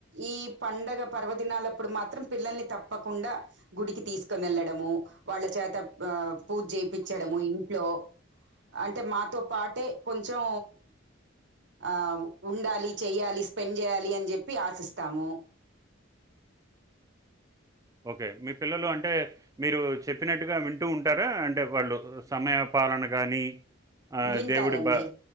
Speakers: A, on the right (about 65°); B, on the right (about 15°).
A: ఈ పండగ పర్వదినాలప్పుడు మాత్రం. పిల్లల్ని తప్పకుండా గుడికి తీసుకోని వెళ్లడము వాళ్ళ చేత ఆహ్. పూజ చేపించడము ఇంట్లో. అంటే మాతో పాటే కొంచెం ఆహ్ ఉండాలి చెయాలి. పెన్ చేయాలి అని చెప్పి ఆశిస్తాము.
B: ఓకే మీ పిల్లలు అంటే మీరు చెప్పినట్టుగా వింటూ ఉంటారా. వాళ్ళు సమయ పాలనకు. గానీ ఆ
A: వింటారండి
B: దేవుడి బ